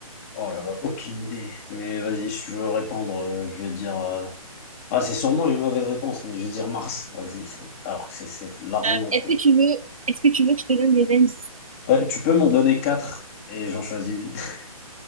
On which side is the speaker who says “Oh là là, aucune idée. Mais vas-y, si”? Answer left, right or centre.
Left